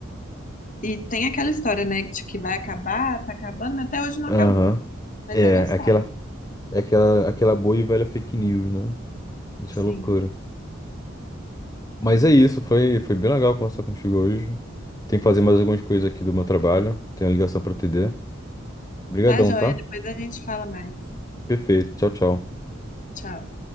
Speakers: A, on the left; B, on the left.
A: E tem aquela história, né, de que vai acabar, tá acabando, mas até hoje não
B: Aham.
A: acabou. Mas
B: É,
A: eu gostava,
B: aquela, é aquela, aquela boa e velha fake news, né? Isso
A: sim.
B: é loucura. Mas é isso, foi, foi bem legal conversar contigo hoje. Tem que fazer mais algumas coisas aqui do meu trabalho. Tem uma ligação para TD. Obrigadão,
A: Tá, joia?
B: tá?
A: Depois a gente fala mais.
B: Perfeito. Tchau, tchau.
A: Tchau.